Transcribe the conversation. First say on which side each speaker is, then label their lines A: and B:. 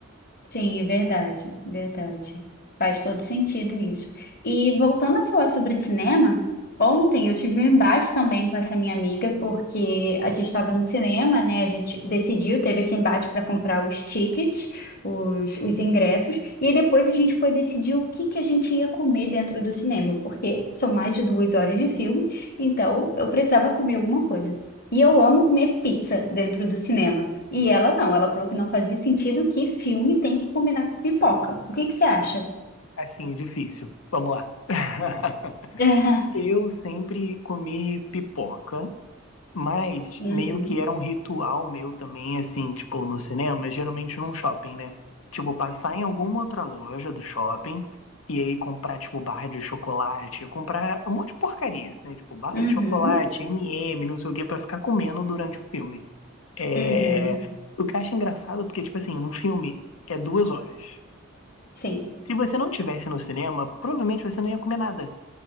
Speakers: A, on the left (about 45°); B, on the left (about 80°).
A: Sim, é verdade, verdade. Faz todo sentido isso. E voltando a falar sobre cinema, ontem eu tive um embate também com essa minha amiga, porque a gente estava no cinema, né? A gente decidiu, teve esse embate para comprar os tickets, os, os ingressos, e aí depois a gente foi decidir o que que a gente ia comer dentro do cinema, porque são mais de duas horas de filme, então eu precisava comer alguma coisa. E eu amo comer pizza dentro do cinema. E ela não, ela falou que não fazia sentido que filme tem que combinar com pipoca. O que que você acha?
B: Assim, é difícil. Vamos lá. <laughs>
A: <laughs>
B: Eu sempre comi pipoca Mas
A: Uhum,
B: meio que era um ritual meu também, assim, tipo, no cinema, geralmente num shopping, né? Tipo, passar em alguma outra loja do shopping e aí comprar, tipo, barra de chocolate, comprar um monte de porcaria, né? Tipo, bala
A: uhum,
B: de chocolate, M&M, não sei o quê, pra ficar comendo durante o filme. É...
A: uhum.
B: O que eu acho engraçado, porque, tipo assim, um filme é duas horas.
A: Sim,
B: Se você não tivesse no cinema, provavelmente você não ia comer nada.